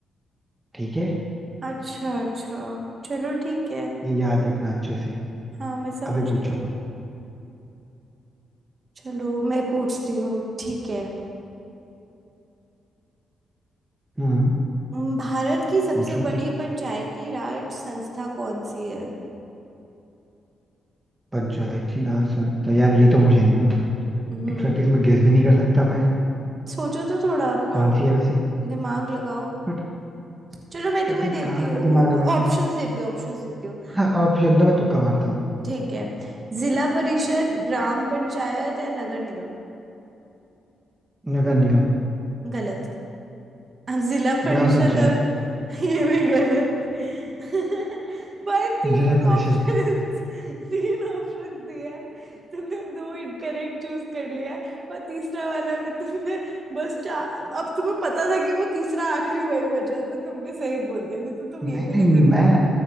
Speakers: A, on the right; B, on the right.
A: ठीक है
B: अच्छा अच्छा चलो ठीक है
A: ये याद रखना अच्छे से
B: हाँ मैं समझ
A: अभी पूछो
B: गई
A: आप।
B: चलो मैं पूछती हूँ ठीक है
A: हम्म
B: उम, भारत की सबसे
A: पूछो
B: बड़ी पंचायती राज संस्था कौन सी है
A: पंचायती राज संस्था यार ये तो मुझे नहीं पता
B: हम्म
A: इनफैक्ट इसमें गेस भी नहीं कर सकता मैं
B: सोचो तो थोड़ा अपना
A: कौन सी है वैसे
B: दिमाग लगाओ
A: बट
B: चलो मैं तुम्हें
A: बट मैं
B: देती
A: कहाँ
B: हूँ
A: से दिमाग लगाऊं
B: ऑप्शंस देती हूँ ऑप्शंस देती हूँ
A: हाँ ऑप्शन तो मैं तुक्का मारता हूँ
B: ठीक है जिला परिषद ग्राम पंचायत या नगर निगम
A: नगर निगम
B: गलत अब जिला परिषद
A: ग्राम पंचायत
B: और <laughs> ये भी गलत <laughs> भाई तीन
A: जिला परिषद
B: ऑप्शंस <laughs> तीन ऑप्शंस दिया है तुमने दो इनकरेक्ट चूज कर लिया है और तीसरा वाला भी तुमने बस चार अब तुम्हें पता था कि वो तीसरा आखिरी वही बचा है तो तुमने सही बोल दिया नहीं तो तुम
A: नहीं
B: ये भी
A: नहीं
B: नहीं दे
A: मैं
B: पाते